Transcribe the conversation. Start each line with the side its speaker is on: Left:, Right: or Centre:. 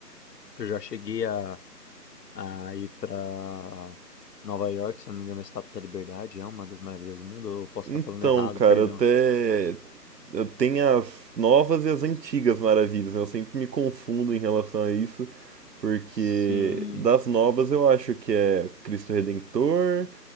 Left: eu já cheguei a, a ir para Nova York, se eu não me engano, a Estátua da Liberdade é uma das maravilhas do mundo. Eu posso
Right: Então,
Left: estar falando errado,
Right: cara,
Left: perdão.
Right: eu até eu tenho as novas e as antigas maravilhas, né? Eu sempre me confundo em relação a isso, porque
Left: Sim,
Right: das novas eu acho que é Cristo Redentor,